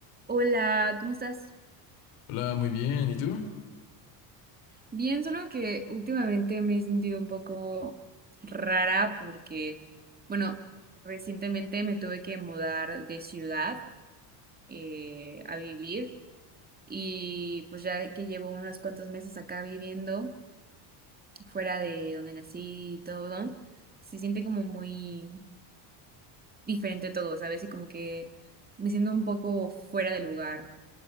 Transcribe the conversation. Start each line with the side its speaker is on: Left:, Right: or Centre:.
Right: Hola, ¿cómo estás?
Left: Hola, muy bien. ¿Y tú?
Right: Bien, solo que últimamente me he sentido un poco rara porque, bueno, recientemente me tuve que mudar de ciudad eh, a vivir y pues ya que llevo unos cuantos meses acá viviendo, fuera de donde nací y todo, se siente como muy diferente todo, ¿sabes? Y como que me siento un poco fuera de lugar.